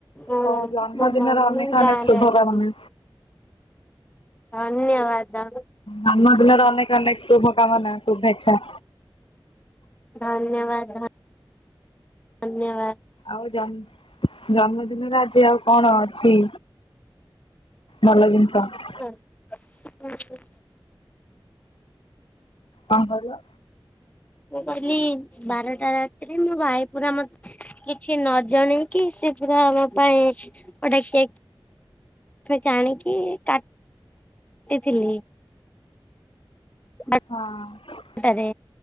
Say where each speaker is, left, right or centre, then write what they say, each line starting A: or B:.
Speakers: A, on the left; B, on the left.
A: ହଁ
B: ହଉ ଜନ୍ମଦିନର
A: ମ ମମ
B: ଅନେକ
A: ଗାନ
B: ଅନେକ ଶୁଭକାମନା
A: ଅଛି ଧନ୍ୟବାଦ
B: ଧନ୍ମ ଦିନର ଅନେକ ଅନେକ ଶୁଭକାମନା ଶୁଭେଚ୍ଛା
A: ଧନ୍ୟବାଦ ଧ ଧନ୍ୟବାଦ
B: ଆଉ ଜ ଜନ୍ମଦିନରେ ଆଜି ଆଉ କଣ ଅଛି ନଲ ଜିନିଷ <unintelligible>
A: ହଁ ଆଚଛା
B: ତାଙ୍କଙ୍କ
A: ମୁଁ କହିଲି ବାରଟା ରାତିରେ ମୋ ଭାଇ ପୁରା ମତେ କିଛି ନ ଜଣେଇକି ସେ ପୁରା ଆମ ପାଇଁ ଗୋଟା ଏ ଆଣିକି କା କାଟିଥିଲି ଆ
B: ହଁ
A: ସେଟାରେ